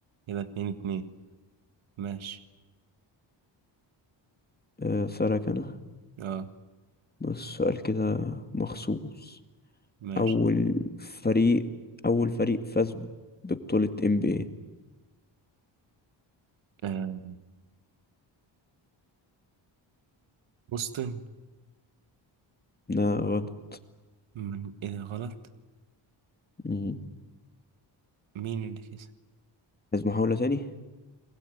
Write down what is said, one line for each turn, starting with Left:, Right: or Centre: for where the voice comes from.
Right: كده اتنين اتنين ماشي
Left: آه. سألك أنا
Right: اه
Left: بس سؤال كده مخصوص
Right: ماشي
Left: أول فريق أول فريق فاز ببطولة NBA
Right: آه. بوسطن
Left: لا غلط
Right: من ايه ده غلط
Left: مم.
Right: مين اللي كسب
Left: عايز محاولة تاني